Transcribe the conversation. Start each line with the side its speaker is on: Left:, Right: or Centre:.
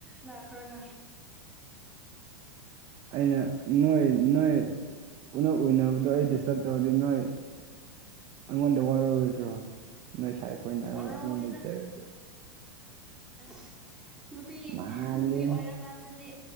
Centre: ꯂꯥꯛꯈ꯭ꯔꫭꯅ
Right: ꯑꯩꯅ ꯅꯣꯏ ꯅꯣꯏ ꯎꯅ ꯎꯅꯕꯗꯣ ꯑꯩ ꯗꯤꯁꯇꯔꯕ ꯇꯧꯔꯗꯤ ꯅꯣꯏ ꯑꯩꯉꯣꯟꯗ ꯋꯥꯔꯔꯣꯏꯗ꯭ꯔꯣ ꯅꯣꯏ ꯁꯥꯦ ꯐꯣꯏꯅꯥ
Centre: ꯋꯥꯔꯝꯃꯣꯏꯗ
Right: ꯃꯔ ꯆ
Centre: ꯑ ꯅꯨꯄꯤ
Right: ꯃꯥꯜꯂꯤ
Centre: ꯅꯨꯄꯤ ꯑꯣꯏꯔ ꯀꯥꯟꯗꯗꯤ